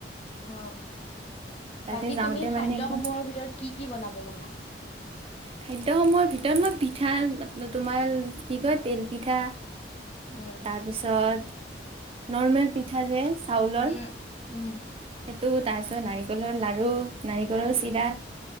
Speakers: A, on the left; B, on the right.
A: অ
B: তাতে
A: বাকী
B: যাওঁতে
A: তুমি
B: মানে
A: খাদ্যসমূহৰ
B: একদম
A: ভিতৰত কি কি বনাব জানা
B: খাদ্যয় সময়ৰ ভিতৰত মই পিঠ পিঠা ম তোমাৰ কি কয় তেল পিঠা
A: উম
B: তাৰপিছত নৰ্মেল পিঠা যে চাউলৰ
A: উম উম
B: সেইটো তাৰ পিছত নাৰিকলৰ লাৰু নাৰিকলৰ
A: উম
B: চিৰা